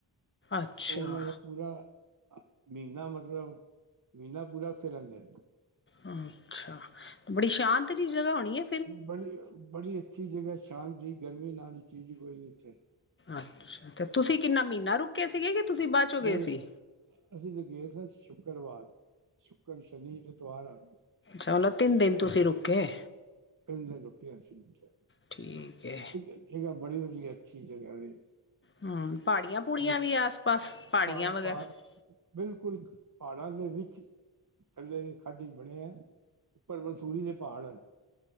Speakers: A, on the left; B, on the right.
A: ਅੱਛਾ
B: ਉਹਨਾਂ ਦਾ ਪੂਰਾ, ਮਹੀਨਾ ਮਤਲਬ ਮਹੀਨਾ ਪੂਰਾ ਉੱਥੇ ਰਹਿੰਦੇ
A: ਅੱਛਾ, ਬੜੀ ਸ਼ਾਂਤ ਜਿਹੀ ਜਗ੍ਹਾ ਹੋਣੀ ਏ
B: ਬੜੀ- ਬੜੀ ਅੱਛੀ ਜਗ੍ਹਾ ਸ਼ਾਂਤ ਦੀ ਗਰਮੀ ਨਾਲ ਹੀ ਚੀਜ਼ ਹੀ ਕੋਈ ਨੀ ਉੱਥੇ
A: ਅੱਛਾ, ਤੇ ਤੁਸੀਂ ਕਿੰਨਾ
B: ਹਾਂ
A: ਮਹੀਨਾ ਰੁਕੇ ਸੀਗੇ ਕਿ, ਤੁਸੀਂ ਬਾਅਦ ਚ ਹੋ ਗਏ
B: ਨਹੀਂ
A: ਸੀ,
B: ਅਸੀਂ ਤੇ ਗਏ ਸਾਂ ਸ਼ੁੱਕਰਵਾਰ, ਸ਼ੁੱਕਰ ਸ਼ਨੀ- ਐਤਵਾਰ ਆ ਗਏ
A: ਚੱਲੋ, ਤਿੰਨ ਦਿਨ ਤੁਸੀਂ ਰੁਕੇ
B: ਤਿਨ ਦਿਨ ਰੁੱਕੇ ਅਸੀਂ ਉਥੇ
A: ਠੀਕ ਹੈ
B: ਅੱਛੀਬੜੀ ਵਧੀਆ ਅੱਛੀ ਜਗ੍ਹਾ ਏ
A: ਹਮ ਪਹਾੜੀਆਂ ਪੂੜੀਆਂ
B: ਮਸ
A: ਵੀ ਆਸ ਪਾਸ ਪਹਾੜੀਆਂ
B: ਪਠ
A: ਵਗੈਰਾ
B: ਪ <inaudible> ਬਿਲਕੁਲ, ਪਹਾੜਾਂ ਦੇ ਵਿੱਚ, ਥੱਲੇ ਦੇ ਖੱਡੇ ਬੜੇ ਹੈ, ਪਰ ਮਨਸੂਰੀ ਦੇ ਪਹਾੜ